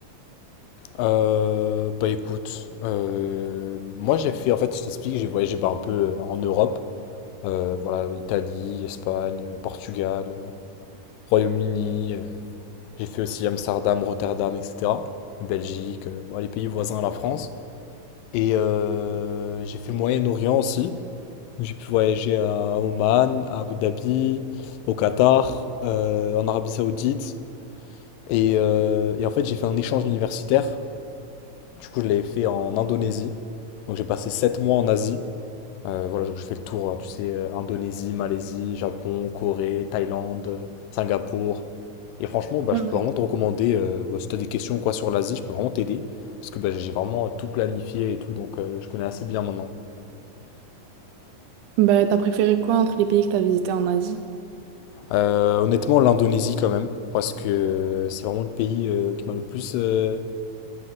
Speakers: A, on the left; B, on the right.
A: Euh, bah écoute, euh, moi j'ai fait, en fait je t'explique, j'ai voyagé bah, un peu euh, en Europe, Euh, voilà, Italie, Espagne, euh, Portugal, euh, Royaume-Uni, euh, j'ai fait aussi Amsterdam, Rotterdam, etc. Belgique, euh, bon, les pays voisins à la France. Et euh, j'ai fait le Moyen-Orient aussi, Donc, j'ai pu voyager à Oman, à Abu Dhabi, au Qatar, euh, en Arabie Saoudite. Et, euh, et en fait j'ai fait un échange universitaire Du coup, je l'avais fait en Indonésie. Donc, j'ai passé 7 mois en Asie. Euh, voilà, donc je fais le tour, hein, tu sais, euh, Indonésie, Malaisie, Japon, Corée, Thaïlande, euh, Singapour. Et franchement, bah,
B: Ah
A: je peux
B: ouais.
A: vraiment te recommander, euh, bah, si tu as des questions ou quoi sur l'Asie, je peux vraiment t'aider. Parce que bah, j'ai vraiment tout planifié et tout, donc euh, je connais assez bien maintenant.
B: Bah, t'as préféré quoi entre les pays que t'as visités en Asie?
A: Euh, honnêtement, l'Indonésie quand même, parce que c'est vraiment le pays euh, qui m'a le plus... euh,